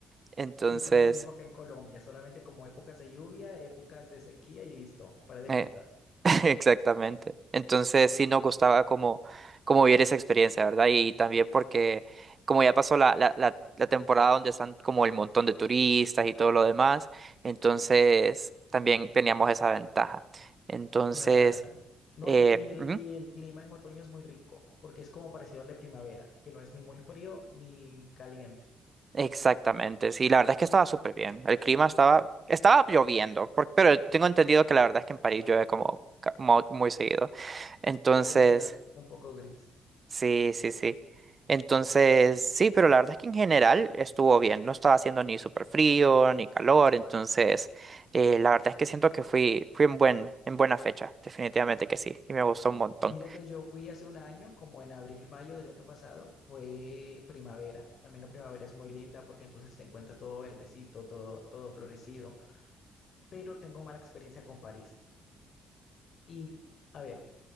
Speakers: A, on the right (about 35°); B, on the left (about 60°).
A: Entonces,
B: Sí, pasa lo mismo que en Colombia, solamente como épocas de lluvia, épocas de sequía y listo, para de
A: eh,
B: contar.
A: <laughs> Exactamente. Entonces sí nos gustaba como, como vivir esa experiencia, ¿verdad? Y también porque como ya pasó la, la, la, la temporada donde están como el montón de turistas y todo lo demás, entonces también teníamos esa ventaja. Entonces,
B: Claro. No,
A: eh,
B: y, y el,
A: ujú,
B: y el clima en otoño es muy rico, porque es como parecido al de primavera, que no es ni muy frío ni caliente.
A: exactamente, sí, la verdad es que estaba súper bien. El clima estaba, estaba lloviendo, por- pero tengo entendido que la verdad es que en París llueve como ca- mo- muy seguido. Entonces...
B: Es una ciudad un poco gris.
A: Sí, sí, sí. Entonces, sí, pero la verdad es que en general estuvo bien. No estaba haciendo ni súper frío ni calor. Entonces, eh, la verdad es que siento que fui, fui en buen, en buena fecha. Definitivamente que sí. Y me gustó un montón.
B: Mira que yo fui hace un año, como en abril, mayo del año pasado, fue primavera. También la primavera es muy linda porque entonces te encuentras todo verdecito, todo, todo florecido, pero tengo mala experiencia con París. Y a ver,